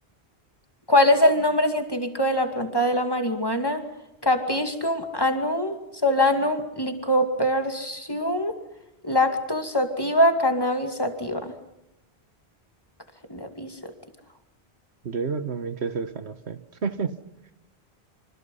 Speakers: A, on the left; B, on the right.
A: ¿Cuál es el nombre científico de la planta de la marihuana? Capiscum annum solanum lycopersicum lactus sativa cannabis sativa. Cannabis sativa.
B: Yo digo también que es esa, no sé. <laughs>